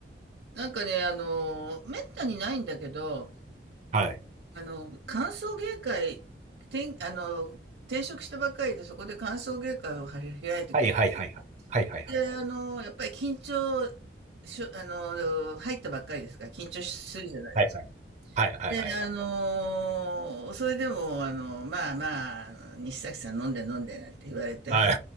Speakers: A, on the right; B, on the right.
A: なんかね、あの、めったにないんだけど、
B: はい。
A: あの、歓送迎会、転、あの、転職したばっかりで、そこで歓送迎会を開いてくれて
B: はいはいはいはい。はいはいはい。
A: で、あの、やっぱり緊張しょ、あの、入ったばっかりですから、緊張するじゃない。
B: はいはい。はいはいはい。
A: で、あのーそれでも、あの、まあまあ、あの西崎さん飲んで飲んでなんて言われて、
B: は
A: はい、